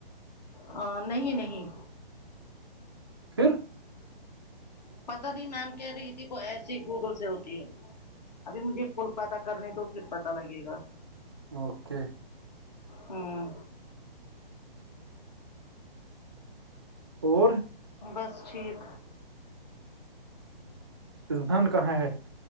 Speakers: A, on the left; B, on the right.
A: ہاں نہیں نہیں
B: پھر
A: پتا نہیں میم کہہ رہی تھی وہ ایسے ہی گوگل سے ہوتی ہے ابھی مجھے فل پتا کرنے دو پھر پتا لگے گا
B: اوکے
A: ہمم
B: اور
A: بس ٹھیک
B: اسدھان کہاں ہے